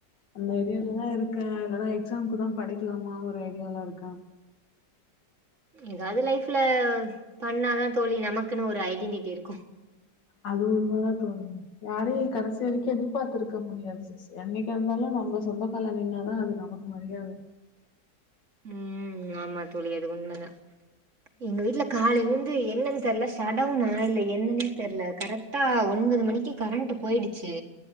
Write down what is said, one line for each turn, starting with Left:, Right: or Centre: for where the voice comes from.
Left: அந்த ஐடியாலதா இருக்கே இல்லனா எக்ஸாம்க்குதா படிக்கலாமா ஒரு ஐடியால இருக்கே.
Right: எதாவது லைஃப் ல பண்ணாதா தோழி நமக்குன்னு ஒரு ஐடென்டிட்டி இருக்கு.
Left: அது உண்மதா தோழி. யாரையு கடைசி வரைக்கி எதிர்பாத்திருக்க முடியாது சிஸ். என்னைக்கா இருந்தாலு நம்ம சொந்தக்கால்ல நின்னாதா அது நமக்கு மரியாத.
Right: ம் ஆமா தோழி அது உண்மதா. எங்க வீட்ல காலைல இருந் து என்னன் தெர்ல ஷடவுனா இல்ல என்னனே தெர்ல. கரெக்டா ஒன்பது மணிக்கி கரண்ட்டு போயிடுச்சு